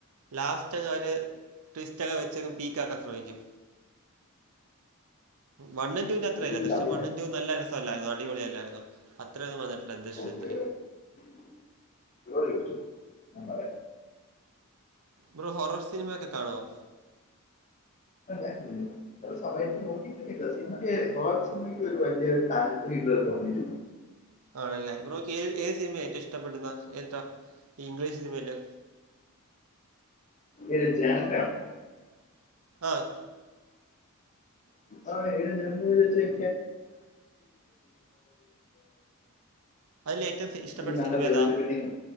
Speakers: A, on the right (about 80°); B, on the left (about 35°).
A: ലാസ്റ്റ് <unintelligible> ഒര് ട്വിസ്റ്റൊക്കെ വെച്ചങ് പീക്ക് ആക്കാൻ ശ്രമിക്കും വണ്ണും ട്ടൂ
B: കണ്ടില്ല
A: ന്റ അത്രേയില്ല ദൃശ്യം വണ്ണും ടൂവും നല്ല രസല്ലായിരുന്നോ അടിപൊളിയല്ലായിരുന്നോ അത്രൊന്നും വന്നിട്ടില്ല ദൃശ്യം
B: ഓക്കെ
A: ത്രീ
B: <unintelligible> പറയാം
A: ബ്രോ ഹൊറർ സിനിമോക്കെ കാണുവോ
B: <inaudible> ചില സമയത്ത് തോന്നിയിട്ടൊന്നില്ല സിനിമക്ക് ഹൊറർ സിനിമയ്ക്ക് ഒരു വലിയരു താല്പര്യം ഇതുവരെ തോന്നിയിട്ടില്ല
A: ആണല്ലേ ബ്രോക്ക് ഏത് ഏത് സിനിമയ ഏറ്റവും ഇഷ്ടപ്പെടുന്ന ഏതാ ഈ ഇംഗ്ലീഷ് സിനിമയില്
B: ഏത് ജാൻവ ആണോ
A: ആഹ്
B: <unintelligible> ഫാന്റസി
A: അതിൽ ഏറ്റവും സി ഇഷ്ടപ്പെട്ട
B: നല്ല
A: സിനിമ
B: വേൾഡ്
A: ഏതാ?
B: <unintelligible>